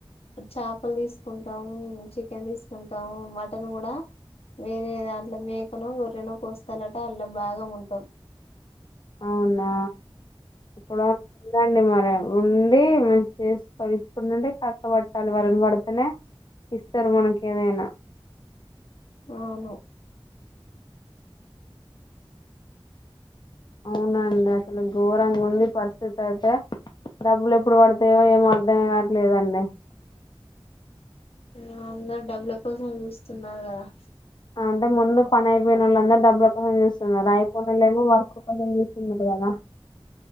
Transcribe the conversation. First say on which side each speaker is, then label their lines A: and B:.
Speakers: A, on the left; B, on the left.
A: చేపలు తీసుకుంటాము చికెన్ తీసుకుంటాము మటన్ కూడా వేరే దాంట్లో మేకనో గొర్రెనో కోస్తాలట అలా బాగా ఉంటాం
B: అవునా అప్పుడు పిండి మరె ఉండి మ చేసుకోవాలి ఇప్పుడు నుండి కక్క పట్టాలి వలన పడితేనే ఇస్తారు మనకి ఏదైనా.
A: అవును
B: అవునండి అసలు ఘోరంగా ఉంది పరిస్థితి అయితే డబ్బులు ఎప్పుడు పడతాయో ఏమో అర్థమే కావట్లేదండి.
A: మ్మ్ అందరు డబ్బుల కోసం చూస్తున్నారు కదా
B: అంటే ముందు పని అయిపోయినోళ్ళందరు డబ్బు కోసం చూస్తున్నారు అయిపోనొళ్లు ఏమో వర్క్ కొంచం చూస్తున్నారు కదా